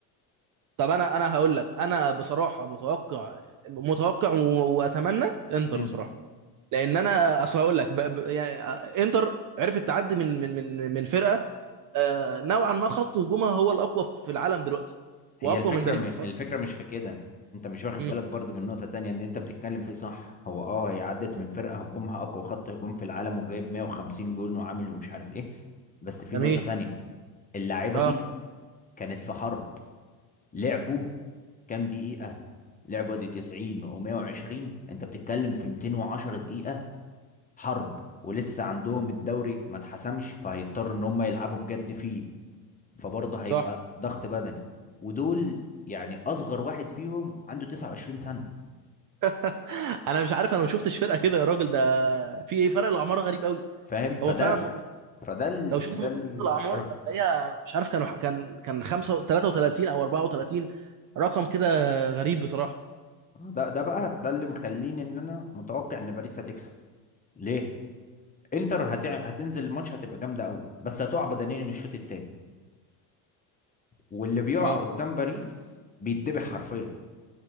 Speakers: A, on the right; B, on the left.
A: طب انا انا هقول لك انا بصراحه متوقع متوقع و- واتمنى انتر
B: مم.
A: بصراحه لان انا اصل هقول لك ب- ب- يعني آه، انتر عرفت تعدي من من من من فرقه آه، نوعا ما خط هجومها هو الاقوى في العالم دلوقتي
B: هي
A: واقوى
B: الفكرة
A: من باريس
B: م...
A: خط
B: الفكرة مش في كده انت مش واخد
A: مم.
B: بالك برضو من نقطة تانية ان انت بتتكلم فيه صح هو اه هي عدت من فرقة هجومها اقوى خط هجوم في العالم وجايب 150 جون وعامل ومش عارف ايه بس في
A: جميل
B: نقطة تانية اللعيبة
A: اه
B: دي كانت في حرب لعبوا كام دقيقة لعبوا دي 90 و120 انت بتتكلم في 210 دقيقة حرب ولسه عندهم الدوري ما اتحسمش فهيضطروا ان هم يلعبوا بجد فيه فبرضه هيبقى
A: صح
B: ضغط بدني ودول يعني اصغر واحد فيهم عنده 29 سنة
A: <laughs> انا مش عارف انا ما شفتش فرقه كده يا راجل ده في ايه فرق الاعمار غريب قوي
B: فاهم فده
A: هو فعلا
B: فده ال...
A: لو شفت
B: ده
A: متوسط
B: ال...
A: الاعمار
B: آه.
A: هتلاقيها مش عارف كانوا كان كان 5 33 او 34 رقم كده غريب بصراحه
B: ده ده بقى ده اللي مخليني ان انا متوقع ان باريس هتكسب ليه انتر هتع... هتنزل الماتش هتبقى جامدة قوي بس هتقع بدنيا الشوط التاني واللي بيقع
A: اه
B: قدام باريس بيتذبح حرفيا